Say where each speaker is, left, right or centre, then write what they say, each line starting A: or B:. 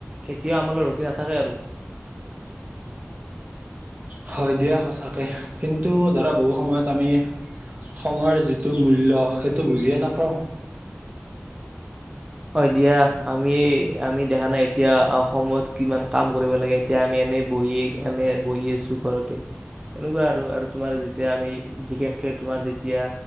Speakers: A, on the right; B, on the right.
A: কেতিয়াও আমালৈ ৰখি নাথাকে আৰু।
B: হয় দিয়া সঁচাকে। কিন্তু ধৰা বহু সময়ত আমি সময়ৰ যিটো মূল্য সেইটো বুজিয়ে নাপাওঁ।
A: হয় দিয়া। আমি- আমি দেখা নাই এতিয়া অ- সময়ত কিমান কাম কৰিব লাগে। এতিয়া আমি এনে বহি- এনে বহি আছোঁ ঘৰতে। এনেকুৱা আৰু - আৰু তোমাৰ যেতিয়া আমি বিশেষকে তোমাৰ যেতিয়া